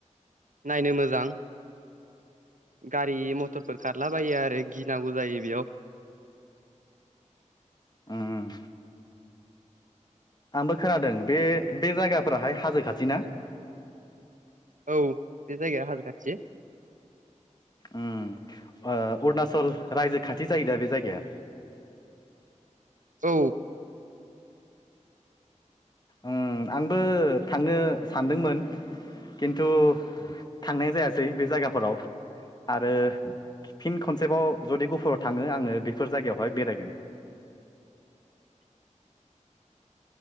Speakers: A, on the right (about 85°); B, on the left (about 30°).
A: नायनो मोजां गारि मथरफोर खारलाबायो आरो गि नांगौ जायो बियाव।
B: ओम। आंबो खोनादों बे बे जायगाफोराहाय हाजो खाथि ना?
A: औ बे जायगाया हाजो खाथि।
B: ओम ओ अरुनाचल रायजो खाथि जायो दा बे जायगाया?
A: औ
B: ओम आंबो थांनो सानदोंमोन खिन्थु थांनाय जायासै बे जायगाफोराव आरो फिन खनसेबाव जुदि गुफुराव थाङो आङो बेफोर जायगायावहाय बेरायगोन
A: <inaudible>